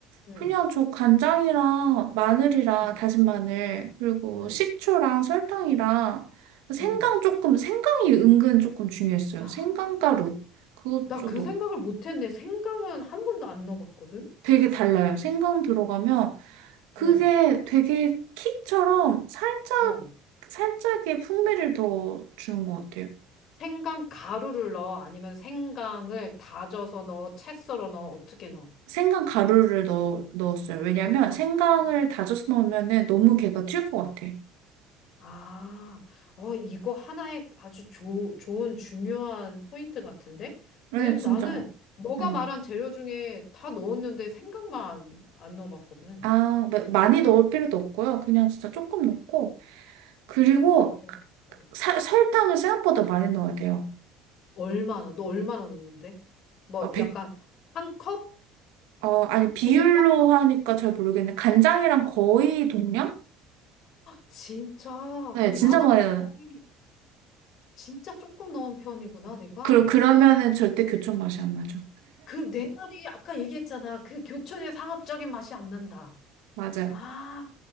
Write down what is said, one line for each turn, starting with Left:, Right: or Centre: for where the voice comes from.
Left: 응,
Right: 그냥 저 간장이랑 마늘이랑
Left: 응,
Right: 다진 마늘, 그리고
Left: 응,
Right: 식초랑 설탕이랑 생강
Left: 응.
Right: 조금, 생강이 은근 조금 중요했어요.
Left: 아,
Right: 생강가루. 그것도
Left: 나 그 생각을 못 했네. 생강은 한 번도 안 넣어봤거든?
Right: 되게 달라요. 생강 들어가면 그게
Left: 어,
Right: 되게 킥처럼 살짝,
Left: 어.
Right: 살짝의 풍미를 더 주는 것 같아요.
Left: 생강 가루를 넣어? 아니면 생강을 다져서 넣어? 채 썰어 넣어? 어떻게 넣어?
Right: 생강 가루를 넣, 넣었어요. 왜냐면
Left: 아,
Right: 생강을
Left: 음.
Right: 다져서 넣으면 너무 걔가 튈 것 같아.
Left: 아, 어, 이거 하나의 아주 조, 좋은 중요한 포인트 같은데?
Right: 네,
Left: 왜냐면
Right: 진짜.
Left: 나는 너가
Right: 음.
Left: 말한 재료 중에 다 넣었는데 생강만 안 넣어봤거든.
Right: 아, 마- 많이 넣을 필요도 없고요. 그냥 진짜 조금 넣고. 그리고
Left: 아, 이거 네.
Right: 사- 설탕을 생각보다 많이 넣어야 돼요.
Left: 얼마나, 너 얼마나 넣는데? 뭐
Right: 아, 백,
Left: 약간 한 컵?
Right: 어, 아니, 비율로
Left: 종이컵?
Right: 하니까 잘 모르겠는데, 간장이랑
Left: 어.
Right: 거의 동량?
Left: 진짜?
Right: 네,
Left: 그럼
Right: 진짜
Left: 나는
Right: 많이
Left: 거의
Right: 넣어요.
Left: 진짜 조금 넣은 편이구나, 내가.
Right: 그, 그러면은 절대 교촌 맛이 안 나죠.
Left: 그, 내 말이 아까 얘기했잖아. 그 교촌의 상업적인 맛이 안 난다.
Right: 맞아요.
Left: 아,